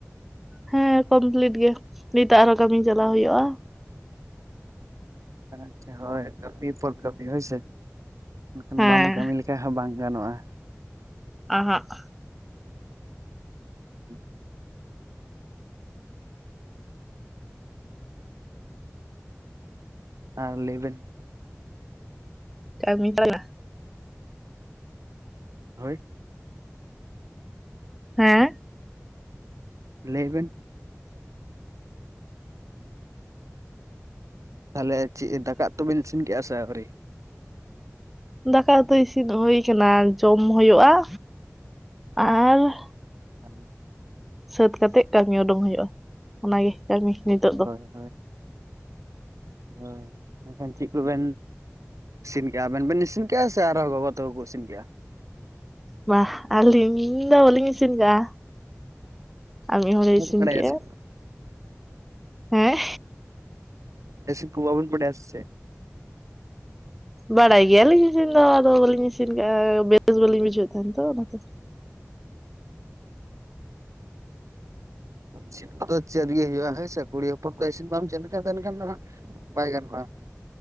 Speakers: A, in the centre; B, on the right (about 80°).
A: ᱦᱮᱸ ᱠᱚᱢᱯᱞᱤᱴ ᱜᱮ᱾ ᱱᱤᱛᱳᱜ ᱟᱨᱦᱚᱸ ᱠᱟᱹᱢᱤ ᱪᱟᱞᱟᱣ ᱦᱩᱭᱩᱜᱼᱟ।
B: ᱟᱪᱪᱷᱟ ᱦᱳᱭ ᱠᱟᱹᱯᱤ ᱛᱚ ᱠᱟᱹᱯᱤ᱾ ᱦᱳᱭ ᱥᱮ? ᱢᱮᱱᱠᱷᱟᱱ
A: ᱦᱮᱸ
B: ᱵᱟᱢ ᱠᱟᱹᱢᱤ ᱞᱮᱠᱷᱟᱡ ᱦᱚᱸ ᱵᱟᱝ ᱜᱟᱱᱚᱜᱼᱟ।
A: ᱚᱦᱚᱸᱜ᱾
B: ᱦᱮᱸ <unintelligible> ᱟᱨ ᱞᱟᱹᱭ ᱵᱮᱱ᱾
A: ᱠᱟᱹᱢᱤ <unintelligible>
B: ᱦᱳᱭ
A: ᱦᱮᱸ᱾
B: ᱞᱟᱹᱭ ᱵᱮᱱ᱾ ᱛᱟᱦᱟᱞᱮ ᱪᱮᱫ ᱫᱟᱠᱟ ᱩᱛᱩ ᱵᱤᱱ ᱤᱥᱤᱱ ᱠᱮᱜᱼᱟ ᱥᱮ ᱟᱹᱣᱨᱤ?
A: ᱫᱟᱠᱟ ᱩᱛᱩ ᱤᱥᱤᱱ ᱦᱩᱭ ᱟᱠᱟᱱᱟ, ᱡᱚᱢ ᱦᱩᱭᱩᱜᱼᱟ। ᱟᱨ ᱼᱼ
B: ᱠᱟᱹᱢᱤ ᱼᱼ
A: ᱥᱟᱹᱛ ᱠᱟᱛᱮᱫ ᱠᱟᱹᱢᱤ ᱩᱰᱩᱝ ᱦᱩᱭᱩᱜᱼᱟ᱾ ᱚᱱᱟᱜᱮ ᱠᱟᱹᱢᱤ ᱱᱤᱛᱚᱜ᱾ ᱫᱚ
B: ᱦᱳᱭ ᱦᱳᱭ, ᱮᱱᱠᱷᱟᱱ ᱪᱮᱫ ᱠᱚ ᱵᱮᱱ ᱼᱼ ᱤᱥᱤᱱ ᱠᱮᱫᱼᱟ? ᱟᱵᱮᱱ ᱵᱮᱱ ᱤᱥᱤᱱ ᱠᱮᱫᱼᱟ ᱥᱮ ᱟᱨᱦᱚᱸ ᱜᱚᱜᱚ ᱛᱟᱠᱚ ᱤᱥᱤᱱ ᱠᱮᱫᱼᱟ?
A: ᱵᱟᱜ ᱟᱞᱤ ᱫᱚ ᱵᱟᱞᱤᱧ ᱤᱥᱤᱱ ᱜᱟ ᱟ ᱢᱤ ᱦᱚᱲ ᱮ ᱤᱥᱤᱱ
B: ᱵᱟᱲᱟᱭᱟ
A: ᱠᱮᱜᱼᱟ
B: ᱥᱮ
A: ᱦᱮᱸ᱾
B: ᱯᱮᱥᱤ ᱠᱩ ᱵᱟᱵᱤᱱ ᱵᱟᱰᱟᱭᱟ ᱥᱮ ᱪᱮ?
A: ᱵᱟᱲᱟᱭ ᱜᱮᱭᱟᱞᱤᱧ ᱤᱥᱤᱱ ᱫᱚ ᱟᱫᱚ ᱵᱟᱹᱞᱤᱧ ᱤᱥᱤᱱ ᱠᱟᱜᱼᱟ ᱵᱮᱥ ᱵᱟᱹᱞᱤᱧ ᱵᱩᱡᱷᱟᱹᱣᱮᱫ ᱛᱟᱦᱮᱱ ᱛᱚ ᱚᱱᱟᱛᱮ᱾
B: ᱪᱮᱫᱚ ᱪᱮᱫ ᱜᱮ ᱦᱩᱭᱩᱜᱼᱟ ᱦᱳᱭ ᱥᱮ ᱠᱩᱲᱤ ᱦᱚᱯᱚᱱ ᱫᱚ ᱤᱥᱤᱱ ᱵᱟᱢ ᱪᱮᱱ ᱠᱟ ᱛᱟᱦᱮᱱ ᱠᱷᱟᱱ ᱫᱚ ᱦᱟᱜ ᱵᱟᱭ ᱜᱟᱱᱚᱜᱼᱟ ᱾